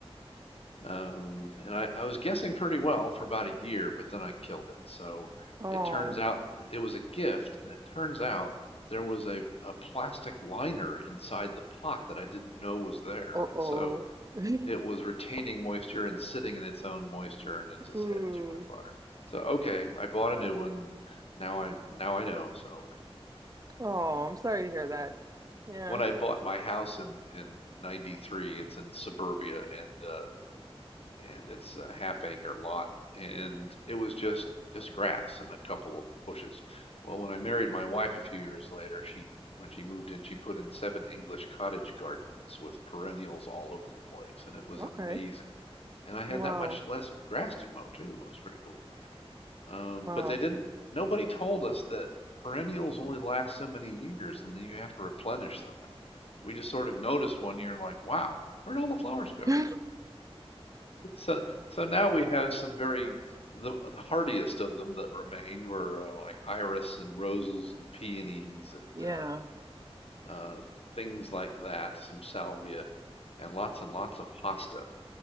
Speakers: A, on the left; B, on the right.
A: Um, and I, I was guessing pretty well for about a year, but then I killed it. So
B: Oh,
A: it turns out th- it was a gift, and it turns out that there was a, a plastic liner inside the pot that I didn't know was there.
B: oh,
A: And
B: oh.
A: so
B: <laughs>
A: it was retaining moisture and sitting in its own moisture, and it just
B: Ooh.
A: had too much water. So okay, I bought a new one, and now I now I know. So
B: Oh, I'm sorry to hear that. Yeah.
A: when I bought my house in in 93, it's in suburbia, and uh, and it's a half acre lot and it was just just grass and a couple of bushes well when i married my wife a few years later she when she moved in she put in seven english cottage gardens with perennials all over the place and it was
B: Okay.
A: amazing and i had
B: Wow.
A: that much less grass to mow too it was pretty cool um,
B: Wow.
A: but they didn't nobody told us that perennials only last so many years and then you have to replenish them and we just sort of noticed one year like wow where'd all the flowers go
B: <laughs>
A: so, so now we have some very the, the hardiest of them that remained were uh, like iris and roses and peonies and
B: Yeah.
A: uh, uh, things like that, some salvia and lots and lots of hosta.